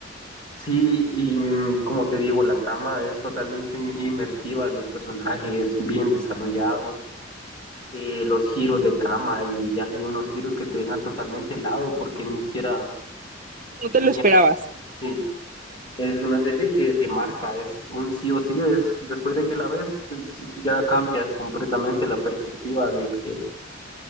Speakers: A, on the left (about 25°); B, on the right (about 45°).
A: Sí, y mm, como te digo, la trama es totalmente in- inmersiva, los personajes bien desarrollados, eh, los giros de trama y ya hay unos giros que te dejan totalmente helado porque ni siquiera
B: No
A: tenía
B: te lo esperabas.
A: que... Es una serie que te marca, es un sí o sí, es, después de que la ves es- ya cambias completamente la perspectiva de que,